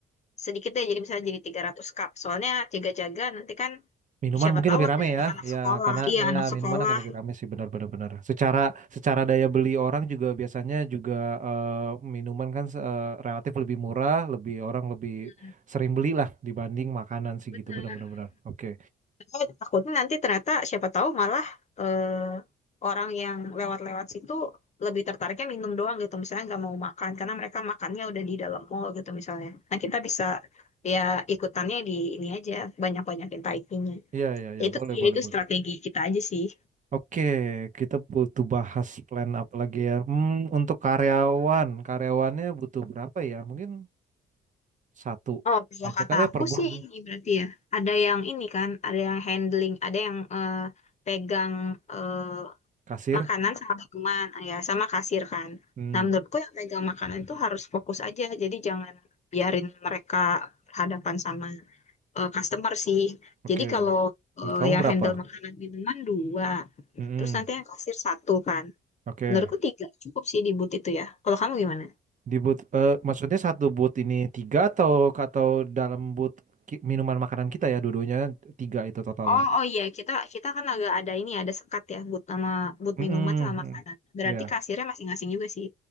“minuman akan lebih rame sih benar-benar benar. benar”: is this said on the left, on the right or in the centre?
Right